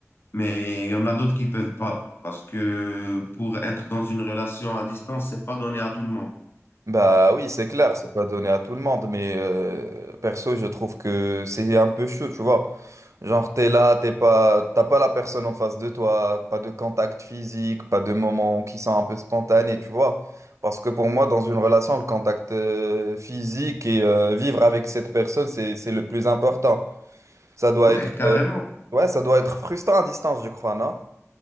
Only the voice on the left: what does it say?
mais il y en a d'autres qui peuvent pas. Parce que pour être dans une relation à distance, c'est pas donné à tout le monde.
Ouais,
carrément.